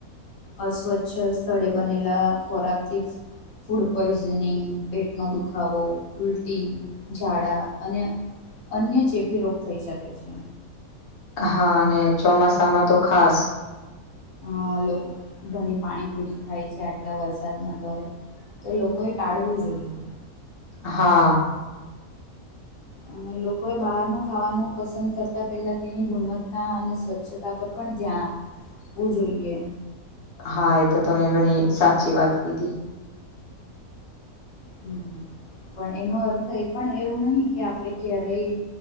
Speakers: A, on the left; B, on the left.
A: અસ્વચ્છ સ્થળે બનેલા ખોરાકથી. ફૂડ પોઈઝનિંગ પેટનો દુખાવો ઉલટી ઝાડા અને અન્ય ચેપી રોગ થઈ શકે છે.
B: હા અને ચોમાસામાં તો ખાસ
A: હા અ લોકો ઘણી પાણી પૂરી થાય છે આટલા વરસાદમાં તો હોય. તો લોકોએ ટાળવું જોઈએ.
B: હા.
A: અને લોકોએ બહારનું ખાવાનું પસંદ કરતાં પહેલાં તેની ગુણવત્તા અને સ્વચ્છતા પર પણ ધ્યાન આપવું જોઈએ.
B: હા એ તો તમે ઘણી સાચી વાત કીધી
A: હમ પણ એનો અર્થ એ પણ એવું નહી કે આપડ ક્યારેય